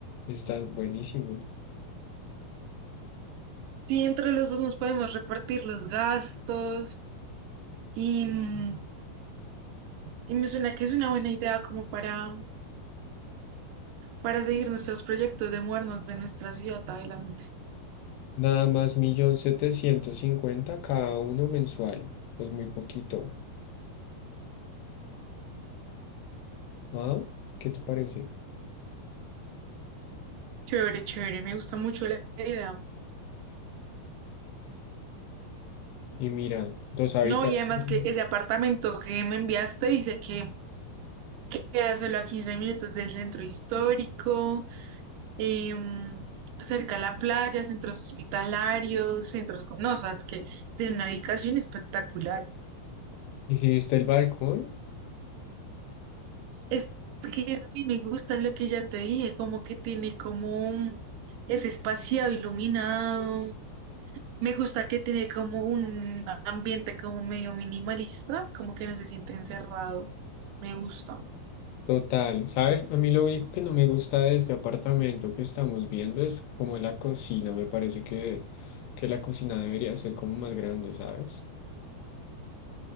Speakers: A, on the left; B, on the right.
A: está buenísimo.
B: Sí, entre los dos nos podemos repartir los gastos. Y, mm, y me suena que es una buena idea como para, para seguir nuestros proyectos de mudarnos de nuestra ciudad adelante.
A: Nada más millón setecientos cincuenta cada uno mensual. Es muy poquito. ¿Ah? ¿Qué te parece?
B: Chévere, chévere. Me gusta mucho la idea.
A: Y mira, dos habitaciones.
B: No, y además que ese apartamento que me enviaste dice que Queda solo a 15 minutos del centro histórico, em, cerca a la playa, centros hospitalarios, centros con... No, o sea, es que tiene una ubicación espectacular.
A: ¿Y si viste el balcón?
B: Es que a mí me gusta lo que ya te dije, como que tiene como un- es espaciado, iluminado. Me gusta que tiene como un ambiente como medio minimalista, como que no se siente encerrado. Me gusta.
A: Total, ¿sabes? A mí lo único que no me gusta de este apartamento que estamos viendo es como la cocina. Me parece que, que la cocina debería ser como más grande, ¿sabes?